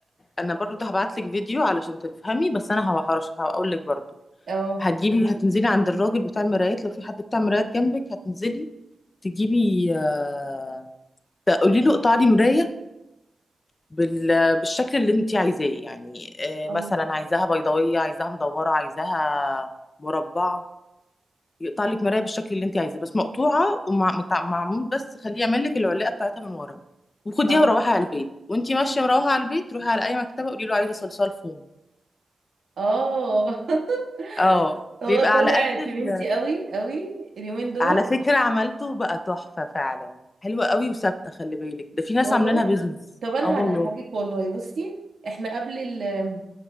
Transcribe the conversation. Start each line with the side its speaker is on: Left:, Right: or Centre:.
Left: انا برضو هبعت لك فيديو علشان تفهمي بس انا هحرش هقول لك برضو
Right: اه
Left: هتجيبي هتنزلي عند الراجل بتاع المرايات لو في حد بتاع مرايات جنبك هتنزلي تجيبي آه، فقولي له اقطع لي مرايه بال- بالشكل اللي انت عايزاه يعني آه،
Right: اه
Left: مثلا عايزاها بيضاويه عايزاها مدوره عايزاها مربعه يقطع لك مرايه بالشكل اللي انت عايزاه بس مقطوعه ومعمول بس خليه يعمل لك العلاقه بتاعتها من ورا وخديها
Right: اه
Left: وروحي على البيت وانت ماشيه مروحه على البيت روحي على اي مكتبه قولي له عايزه صلصال فوم
Right: اه <laughs>
Left: اه
Right: هو
Left: بيبقى
Right: طالع
Left: على قد
Right: ترندي
Left: ال...
Right: قوي قوي اليومين دول
Left: على فكره عملته بقى تحفه فعلا حلوه قوي وثابته خلي بالك ده في ناس
Right: والله
Left: عاملينها بيزنس
Right: طب انا
Left: اه والله
Right: هضحكك والله بصي احنا قبل ال